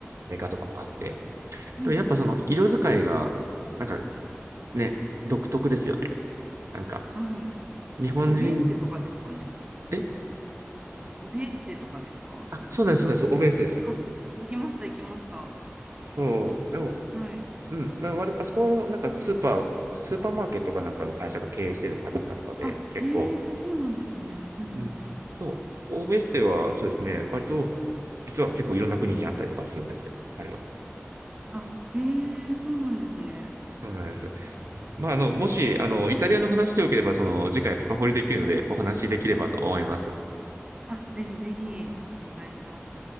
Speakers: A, on the right; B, on the right.
A: メーカーとかもあって、
B: うんうん
A: と、やっぱその、色使いが、なんかね、独特ですよね。なんか、
B: うん、はい。
A: 日本人、
B: オビエステとかですかね。
A: え
B: 違いますかオビエッセとかですかその。
A: あ、そうなんです、そうなんです、オベースです。
B: あ、行きました、行きました。
A: そう、でも、
B: はい。
A: うん、なんか割とあそこは、なんか、スーパー、スーパーマーケットかなんかの会社が経営してるかなんかとかで、
B: あ、
A: 結構、
B: へえ、そうなんですね。うん
A: うん。と、欧米生はそうですね、割と、実は結構いろんな国にあったりとかするんですよ、あれは。
B: うん。あ、へえ、そうなんですね。
A: そうなんです。まあ、あの、もし、あの、イタリアの話でよければ、その、次回深掘りできるので、お話しできればと思います。
B: あ、ぜひぜひ、お願いします。